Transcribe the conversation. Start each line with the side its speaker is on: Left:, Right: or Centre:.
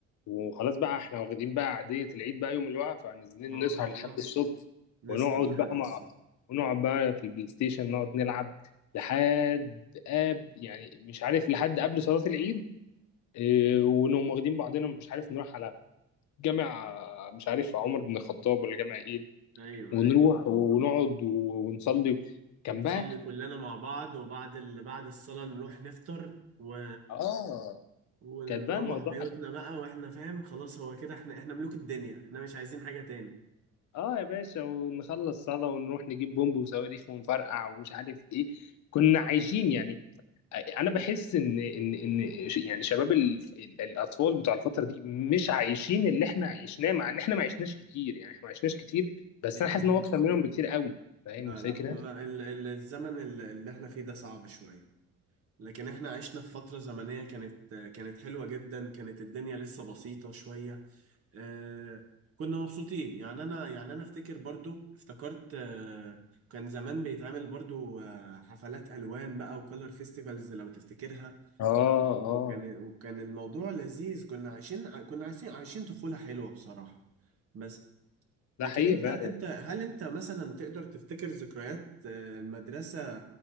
Left: وخلاص بقى احنا واخدين بقى عاديه العيد بقى يوم الوقفه نازلين
Right: اه
Left: نسهر لحد الصبح
Right: نسهر
Left: ونقعد
Right: لحد
Left: بقى
Right: الصبح
Left: مع ونقعد بقى في البلاي ستيشن نقعد نلعب لحد قاب يعني مش عارف لحد قبل صلاه العيد إيه ونقوم واخدين بعضنا مش عارف نروح على جامع مش عارف عمر بن الخطاب ولا جامع ايه
Right: ايوه
Left: ونروح
Right: ايوه
Left: ونقعد ونصلي كان
Right: ونصلي
Left: بقى
Right: كلنا مع بعض وبعد ال... بعد الصلاة نروح نفطر و...
Left: اه
Right: ونروح
Left: كانت بقى الموضوع
Right: بيوتنا بقى واحنا فاهم خلاص هو كده احنا احنا ملوك الدنيا احنا مش عايزين حاجة تاني
Left: اه يا باشا ونخلص صلاة ونروح نجيب بومب وصواريخ ونفرقع ومش عارف ايه كنا عايشين يعني انا بحس ان ان ان ش- يعني شباب ال- ال- الاطفال بتوع الفترة دي مش عايشين اللي احنا عشناه مع ان احنا ما عشناش كتير يعني احنا ما عشناش كتير بس
Right: دي
Left: انا
Right: حقيقة
Left: حاسس ان هو اكتر منهم بكتير قوي فاهم
Right: لا
Left: الفكرة؟
Right: لا هما ال ال الزمن ال- اللي احنا فيه ده صعب شوية لكن احنا عشنا في فترة زمنية كانت كانت حلوة جدا كانت الدنيا لسه بسيطة شوية آه كنا مبسوطين يعني انا يعني انا افتكر برضو افتكرت آه كان زمان بيتعمل برضو آه حفلات الوان بقى وكلر فيستيفالز لو تفتكرها
Left: اه
Right: وكان
Left: اه
Right: وكان الموضوع لذيذ كنا عايشين ع- كنا عايشين عايشين طفولة حلوة بصراحة بس
Left: ده
Right: لكن
Left: حقيقي
Right: انت
Left: فعلا
Right: انت هل انت مثلا تقدر تفتكر ذكريات آه، المدرسة